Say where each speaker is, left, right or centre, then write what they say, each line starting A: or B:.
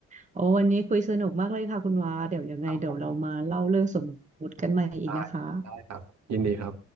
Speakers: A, on the right (about 25°); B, on the right (about 65°).
A: โอ้วันนี้คุยสนุกมากเลยค่ะคุณวาเดี๋ยวยังไงเดี๋ยวเรามาเล่าเรื่องสมมุติกันใหม่อีกนะคะ
B: ครับผมได้ได้ครับยินดีครับ